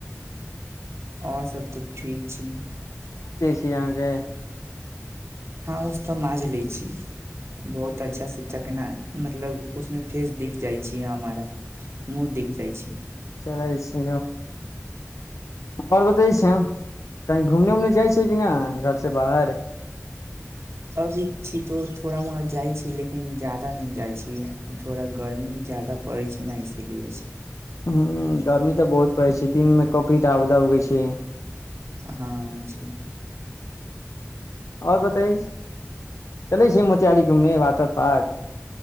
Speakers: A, on the right (about 60°); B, on the left (about 80°).
A: आओर सब तऽ ठीक छी
B: कि अहाँके
A: हँ ओ तऽ माँज लै छी बहुत अच्छा से चकना मतलब उसमे फेस दिख जाइ छी हमारा मु देखि जाइ छी
B: चलै छी आओर बतै छिय हम कहीं घूमने उमने जाइ छियै कि नहि घरसँ बाहर
A: अभी छी तो थोड़ा मोड़ जाइ छी लेकिन ज्यादा नहि जाइ छी थोड़ा गर्मी ज्यादा पड़ै छै ने इसीलिए
B: ह गर्मी तऽ बहुत पड़य छै दिनमे कॉफी रौदा उगै छै
A: हँ जी
B: आओर बताइ चलै छै मोतियहारी घूमने वातर पार्क